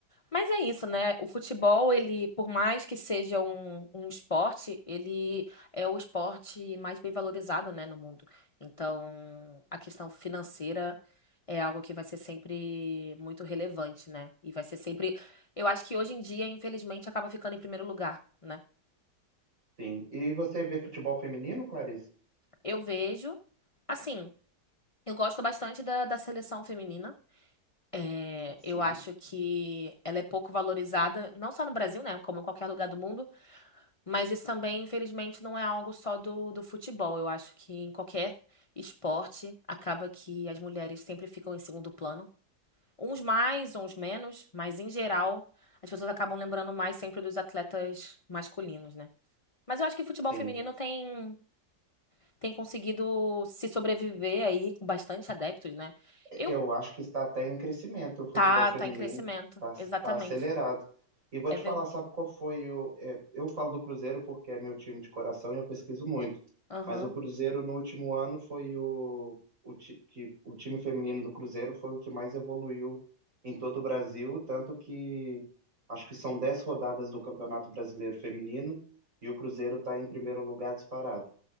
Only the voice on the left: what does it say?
Mas é isso, né? O futebol, ele, por mais que seja um, um esporte, ele é o esporte mais bem valorizado, né, no mundo. Então, a questão financeira é algo que vai ser sempre muito relevante, né? E vai ser sempre. Eu acho que hoje em dia, infelizmente, acaba ficando em primeiro lugar, né?
Eu vejo, assim, eu gosto bastante da, da seleção feminina. É,
eu acho que ela é pouco valorizada, não só no Brasil, né? Como em qualquer lugar do mundo Mas isso também, infelizmente, não é algo só do, do futebol. Eu acho que em qualquer esporte acaba que as mulheres sempre ficam em segundo plano. Uns mais, uns menos, mas em geral as pessoas acabam lembrando mais sempre dos atletas masculinos, né? Mas eu acho que o futebol
feminino tem, tem conseguido se sobreviver aí com bastante adeptos, né? Eu
tá,
tá em crescimento,
exatamente.
É
ver.
Aham.